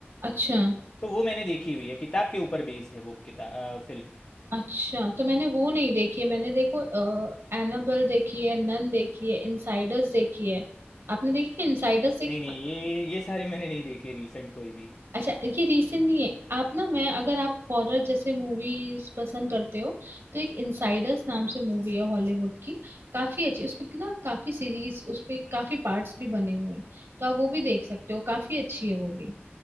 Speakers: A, on the right (about 70°); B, on the left (about 40°).
A: अच्छा
B: तो वो मैंने देखी हुई है किताब के ऊपर बेस्ड है वो किताब फिल्म
A: अच्छा तो मैंने वो नहीं देखी है मैंने देखो एनाबेल देखी है नन देखी है इनसाइडर्स देखी है आपने देखी है इनसाइडर्स देखी
B: नहीं नहीं
A: है?
B: ये ये सारी मैंने नहीं देखी है रिसेंट कोई भी
A: अच्छा ये रीसेंट नहीं है आप ना मैं अगर आप हॉरर जैसे मूवीज पसंद करते हो तो एक इनसाइडर्स नाम से मूवी है हॉलीवुड की काफी अच्छी उसमें की ना काफी सीरीज उसपे काफी पार्ट्स भी बने हुए हैं तो आप वो भी देख सकते हो काफी अच्छी है वो भी